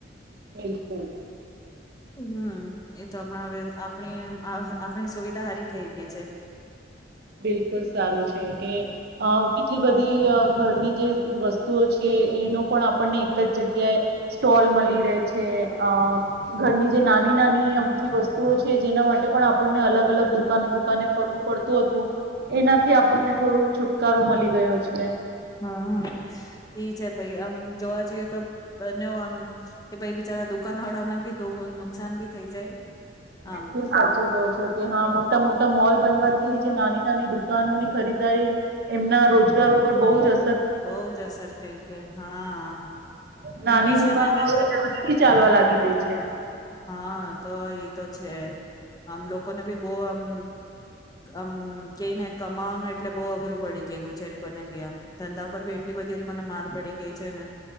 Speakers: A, on the right; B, on the left.
A: બિલકુલ
B: હમ એ તો આપણા હવે આપણી આપણી સુવિધા હારી થઈ ગઈ છે.
A: બિલકુલ સારું છે કે અ કેટલી બધી અ ઘરની જે વસ્તુઓ છે એનો પણ આપણને એક જ જગ્યાએ સ્ટોલ મલી રે છે. અ ઘરની જે નાની નાની અમથી વસ્તુઓ છે જેના માટે પણ આપણને અલગ અલગ દુકાને દુકાને ફરવું પડતું હતું એનાથી આપણને થોડું છુટકારો મલી ગયો છે.
B: હહ ઈ છે ભઈ આમ જોવા જઈએ તો બનેઉ આમ કે ભાઈ બિચારા દુકાનવાળાને ભી ડોબલ નુક નુકસાન બી થઇ જાય.
A: બિલકુલ
B: આમ
A: સાચું કહો છો કે હા મોટા મોટા મોલ બનવાથી જે નાની નાની દુકાનોની ખરીદારી એમના રોજગાર ઉપર બહુ જ અસ
B: બહુ જ અસર થઈ છે. હા
A: નાની
B: ઈ બી છે
A: દુકાનો
B: ને
A: હવે ઓછી ચાલવા લાગી ગઈ છે. <inaudible>
B: હા તો ઈ તો છે. આમ લોકોને બી બહુ આમ આમ કઈને કમાવાનું એટલે બહુ અઘરું પડી ગેલું. જે લોકોને બી આમ ધંધા ઉપર બી એટલી બધી એ લોકોને માર પડી ગઈ છે ને.